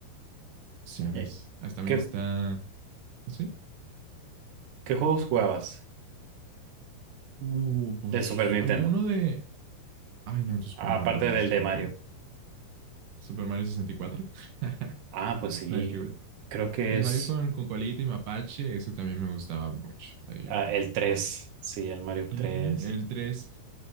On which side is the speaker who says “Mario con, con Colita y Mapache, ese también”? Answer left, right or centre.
Right